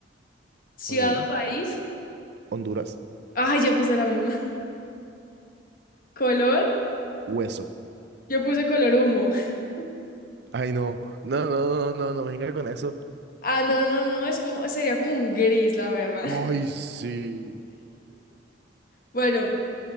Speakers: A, on the left; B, on the right.
A: Ciudad
B: Ok.
A: o país.
B: Honduras.
A: Ay, yo puse la misma. ¿Color?
B: Hueso.
A: Yo puse color humo. <laughs>
B: Ay, no. No, no, no, no, no venga con eso.
A: Ah, no, no, no, es como, sería como un gris, la verdad.
B: Ay,
A: <laughs>
B: sí.
A: Bueno,